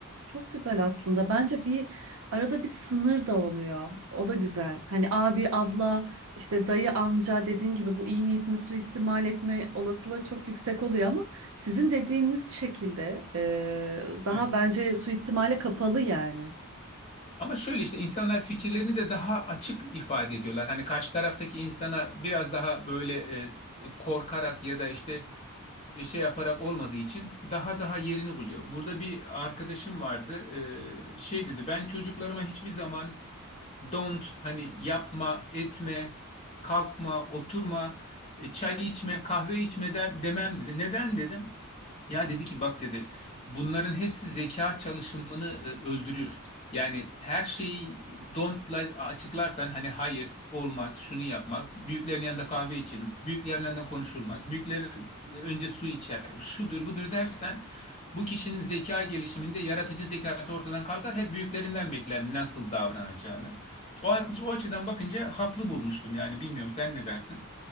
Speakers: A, on the right; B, on the left.
A: Çok güzel aslında. Bence bir arada bir sınır da oluyor. O da güzel. Hani abi, abla, işte dayı, amca dediğin gibi bu iyi niyetini suistimal etme olasılığı çok yüksek oluyor ama sizin dediğiniz şekilde eee, daha
B: Evet.
A: bence suistimale kapalı yani.
B: Ama şöyle işte insanlar fikirlerini de daha açık ifade ediyorlar. Hani karşı taraftaki insana biraz daha böyle e, s- korkarak ya da işte e, şey yaparak olmadığı için daha daha yerini buluyor. Burada bir arkadaşım vardı. e, şey dedi ben çocuklarıma hiçbir zaman don't hani yapma, etme, kalkma, oturma, e, çay içme, kahve içme de- demem dedi. Neden dedim? Ya dedi ki bak dedi bunların hepsi zeka çalışımını e, öldürür. Yani her şeyi don't'la açıklarsan hani hayır olmaz şunu yapmak. Büyüklerin yanında kahve içilmez. Büyüklerin yanında konuşulmaz. büyükler önce su içer. Şudur budur dersen bu kişinin zeka gelişiminde yaratıcı zekası ortadan kalkar. Hep büyüklerinden bekler nasıl davranacağını. O, o açıdan bakınca haklı bulmuştum yani bilmiyorum sen ne dersin?